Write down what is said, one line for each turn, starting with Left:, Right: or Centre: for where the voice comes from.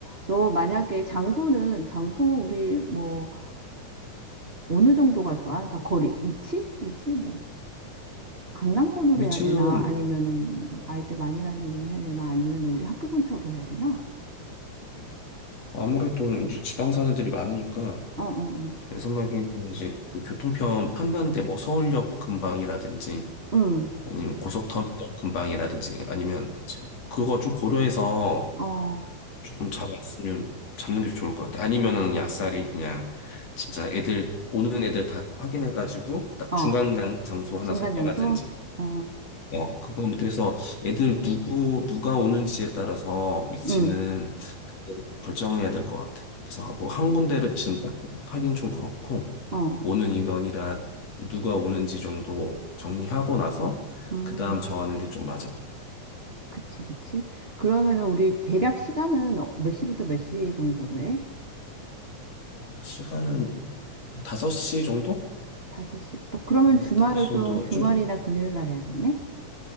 Right: 너 만약에 장소는, 장소 우리 뭐 어느 정도가 좋아? 그러니까 거리, 위치? 위치? 뭐. 강남권으로
Left: 위치는
Right: 해야 되나? 아니면은 아이들 많이 다니는 해야 되나? 아니면은 우리 학교 근처로 해야 되나?
Left: 아무래도 이제 지방 사는 들이 많으니까
Right: 어, 어, 어.
Left: 내 생각에는 이제 그 교통편 편한데 뭐 서울역 근방이라든지
Right: 음,
Left: 아니면 고속터미널 근방이라든지 아니면 이제 그거 좀 고려해서
Right: 어,
Left: 조금 잡았으면 잡는 게 좋을 것 같아. 아니면은 그냥 아싸리 그냥 진짜 애들 오는 애들 다 확인해가지고 딱
Right: 어.
Left: 중간 간 장소 하나
Right: 중간
Left: 선정하든지
Right: 장소? 어,
Left: 어, 그건 그래서 애들 누구, 누가 오는지에 따라서 위치는
Right: 음,
Left: 그때 결정해야 될 것 같아. 그래서 뭐한 군데를 지금 딱 하긴 좀 그렇고,
Right: 어,
Left: 오는 인원이랑 누가 오는지 정도 정리하고 나서,
Right: 음.
Left: 그 다음 정하는 게 좀 맞아.
Right: 그치, 그치. 그러면은 우리 대략
Left: 음,
Right: 시간은 어- 몇 시부터 몇 시 정도로 해?
Left: 시간은 한 5시 정도?
Right: 다섯 시부터. 그러면
Left: 뭐
Right: 주말을
Left: 5시 정도
Right: 좀 주말이나
Left: 좀?
Right: 금요일 날 해야겠네?